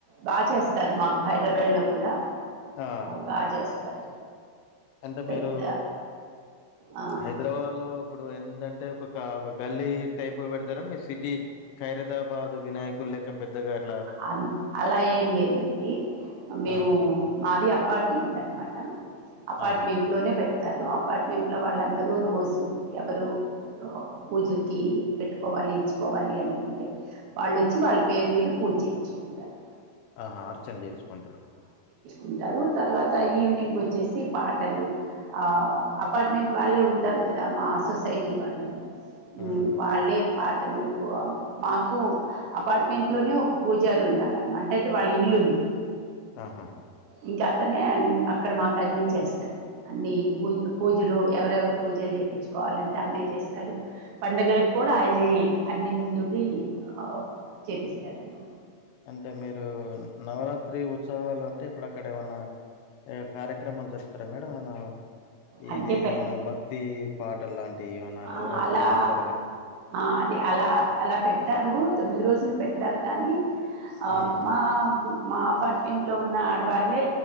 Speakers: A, on the right; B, on the left.
A: బా చేస్తారు మాకు హైదరాబాద్లో కూడా
B: ఆ
A: బా చేస్తారు
B: అంటే
A: పెద్ద
B: మీరు
A: ఆ,
B: హైదరాబాద్ లో ఇప్పుడు ఎంటంటే ఒక ఒక గల్లీ టైప్గా పెడతారా మీ సిటీ ఖైరతాబాదు వినాయకుని లెక్క పెద్దగా అట్లా
A: అం అలా ఏం లేదండి మేము
B: ఆ
A: మాది అపార్ట్మెంట్ అనమాట అపార్ట్మెంట్
B: ఆ
A: లోనే పెడతారు అపార్ట్మెంట్లో వాళ్ళందరూ రోజు ఎవరు పూజకి పెట్టుకోవాలి ఇచ్చుకోవాలి అనుకుంటే వాళ్లొచ్చి వాళ్ళు పేరు మీద పూర్ చేయించుకుంటారు
B: ఆహా అర్చన చేసుకుంటారు
A: ఉంటారు తర్వాత ఈవినింగ్ వచ్చేసి పాటలు ఆ అపార్ట్మెంట్ వాళ్ళే ఉంటారు కదా మా సొసైటీ వాళ్ళు మ్
B: ఉమ్
A: వాళ్ళే పాటలు కు మాకు అ పార్ట్మెంట్ లోనే ఒక పూజారి ఉన్నారున్నమ అంటంటే వాళ్ళ ఇల్లుంది
B: ఆహా
A: ఇంక అతనే అన్ అక్కడ మాకు అన్నీ చేస్తా అన్ని పూ పూజలు ఎవరెవరు పూజలు చేపైచుకోవాలంటే ఆయనే చేస్తాడు పండగలకు కూడ ఆయనే అన్ని ముందుండి ఆ చేపిస్తాడ <unintelligible>
B: అంటే మీరు నవరాత్రి ఉత్సవాలు అంటే ఇప్పుడు అక్కడ ఏమన్న <unintelligible> కార్యక్రమాలు జరుపుతారా మేడం ఏన
A: అంటే
B: ఇది
A: పె-
B: మన భక్తి పాటలులాంటి ఏవన్న
A: ఆ,
B: నవరాత్రి
A: అలా
B: అందరు
A: ఆ అది అల అలా పెడతారు తొమ్మిది రోజులు పెడతారు కానీ ఆ
B: ఉమ్
A: మా మా అపార్ట్మెంట్లో ఉన్న ఆడవాళ్ళే